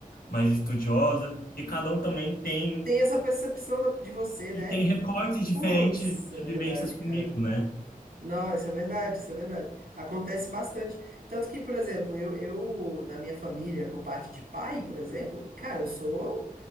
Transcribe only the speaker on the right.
Tem essa percepção da- de você, né?
Putz,
é
verdade,
cara.
Não, isso é verdade, isso é verdade. Acontece bastante. Tanto que, por exemplo, eu, eu na minha família, por parte de pai, por exemplo, cara, eu sou.